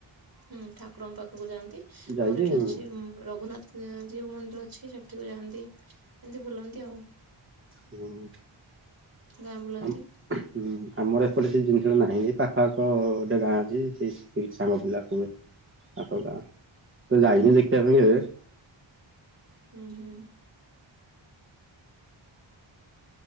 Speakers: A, on the right; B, on the right.
A: ହୁଁ ଠାକୁରଙ୍କ ପାଖକୁ ଯାଆନ୍ତି
B: ଯାଇକି
A: ଆମର ଏଠି ଅଛି ଉଁ ରଘୁନାଥ ଉଁ ଜିଉ ମନ୍ଦିର ଅଛି ସେଠ ଠାକୁ ଯାଆନ୍ତି ଏମିତି ବୁଲନ୍ତି ଆଉ।
B: ହୁଁ।
A: ଗାଁ ବୁଲନ୍ତି।
B: ହୁଁ ଆମର ଏପଟେ ସେଇ ଜିନିଷଟା ନାହିଁ ଯେ ପାଖପାଖ ଗୋଟେ ଗାଁ ଅଛି ସେଇ ଶ୍ ସାଙ୍ଗ ପିଲା କୁଏ। ତାଙ୍କ ଗାଁ ତ ଯାଇନି ଦେଖିଆ ପାଇଁ ଯେ
A: ହୁଁ ହୁଁ। ହ